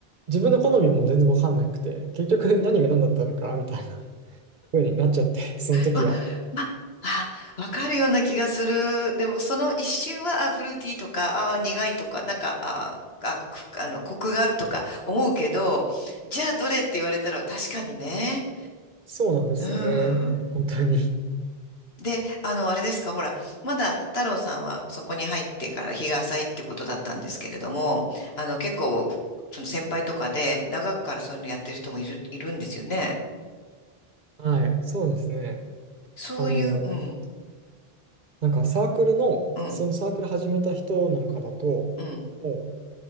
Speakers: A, on the right (about 50°); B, on the left (about 80°).
A: 自分の好みも全然わかんなくて、結局何が何だったのか、みたいな風になっちゃって、<laughs> その時は。
B: うわ、ま、あわかるような気がする。でも、その一瞬は、あ、フルーティーとか、あ苦いとか、なんか、ああ、あ、くあの、コクがあるとか思うけど、じゃあ、どれって言われたら、確かにね。
A: そうなんですよね。
B: うん。
A: 本当に。
B: で、あの、あれですか、ほら、まだ太郎さんはそこに入ってから日が浅いってことだったんですけれども、あの、結構、その先輩とかで、長くからそういうのやってる人もいる、いるんですよね。
A: はい、そうですね。
B: そういう、
A: あの、
B: うん。
A: なんかサークルの、
B: うん
A: そのサークル始めた人なんかだと、
B: うん、
A: もう